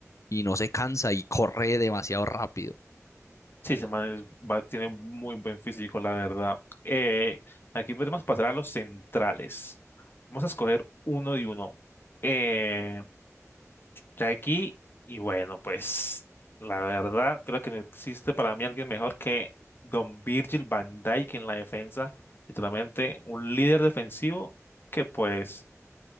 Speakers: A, on the left; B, on the left.
A: y no se cansa y corre demasiado rápido.
B: Sí, ese man es- va- tiene muy buen físico, la verdad. Eh, aquí podemos pasar a los centrales. Vamos a escoger uno y uno. Eh, Ya aquí, y bueno, pues la verdad creo que no existe para mí alguien mejor que Don Virgil van Dijk en la defensa, literalmente un líder defensivo que pues